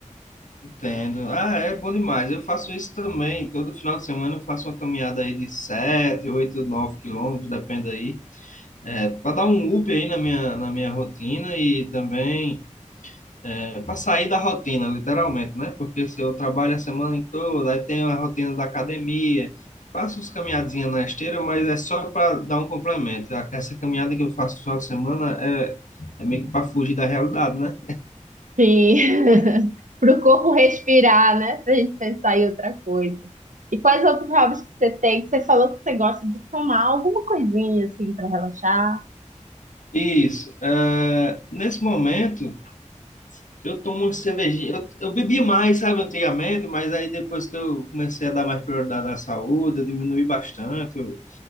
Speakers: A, on the left; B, on the right.
A: Entendo. Ah, é bom demais. Eu faço isso também. Todo final de semana eu faço uma caminhada aí de 7, 8, 9 quilômetros, depende aí. É, para dar um up aí na minha, na minha rotina e também É, para sair da rotina, literalmente, né? Porque se eu trabalho a semana toda, aí tem a rotina da academia, faço uns caminhadinhas na esteira, mas é só para dar um complemento. A- Essa caminhada que eu faço no final de semana é, é meio que para fugir da realidade, né?
B: Sim. <laughs> Para o corpo respirar, né? Para a gente pensar em outra coisa. E quais outros hobbies que você tem? Que você falou que você gosta de tomar alguma coisinha assim para relaxar?
A: Isso. É, nesse momento, eu tomo uma cervejinha. Eu, eu bebi mais, sabe, antigamente, mas aí depois que eu comecei a dar mais prioridade à saúde, eu diminui bastante. eu-